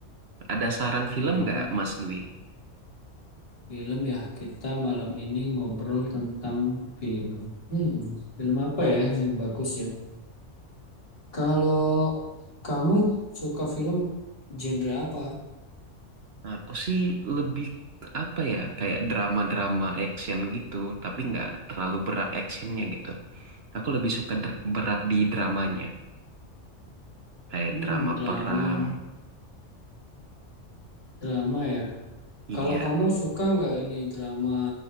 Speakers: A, on the right; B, on the left.
A: Ada saran
B: Film.
A: film nggak Mas Dwi?
B: Film ya. Kita malam ini ngobrol tentang film. Hmm, film apa ya yang bagus ya? Kalau kamu suka film genre apa?
A: Aku sih lebih apa ya kayak drama-drama action gitu, tapi nggak terlalu berat actionnya gitu. Aku lebih suka dr- berat di dramanya, kayak
B: Hmm,
A: drama
B: drama.
A: perang.
B: Drama ya.
A: Iya,
B: Kalau kamu suka nggak ini drama